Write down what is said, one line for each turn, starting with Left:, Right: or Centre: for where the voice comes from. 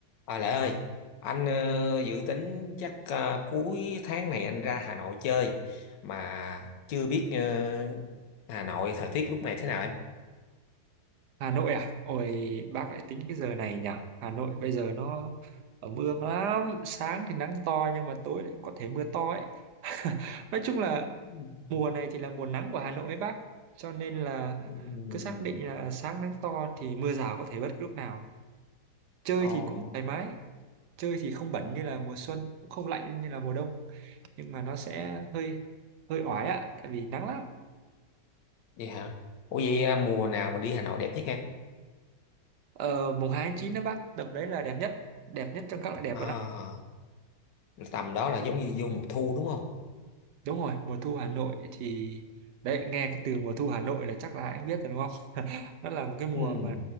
Left: À Lại ơi, anh ờ, dự tính chắc ờ, cuối tháng này anh ra Hà Nội chơi mà chưa biết ờ, Hà Nội thời tiết lúc này thế nào em?
Right: Hà Nội à? Ôi, bác lại tính cái giờ này nhỉ? Hà Nội bây giờ nó ẩm ương lắm. Sáng thì nắng to nhưng mà tối lại có thể mưa to ấy. <laughs> Nói chung là
Left: <laughs>
Right: mùa này thì là mùa nắng của Hà Nội ấy bác. Cho nên là
Left: Ừ.
Right: cứ xác định là sáng nắng to thì mưa rào có thể bất cứ lúc nào. Chơi
Left: Ồ,
Right: thì cũng thoải mái. Chơi thì không bẩn như là mùa xuân, cũng không lạnh như là mùa đông. Nhưng mà nó sẽ hơi hơi oải ạ, tại vì nắng lắm.
Left: vậy hả? Ủa vậy ờ, mùa nào mà đi Hà Nội đẹp nhất em?
Right: Ờ, mùng hai tháng 9 đó bác, tầm đấy là đẹp nhất. Đẹp nhất trong các loại đẹp
Left: À,
Right: luôn ạ.
Left: tầm đó là giống như vô mùa thu đúng không?
Right: đúng rồi mùa thu Hà Nội thì đấy nghe cái từ mùa thu Hà Nội là chắc là anh biết rồi đúng không <laughs> nó là một cái mùa
Left: Ừ.
Right: mà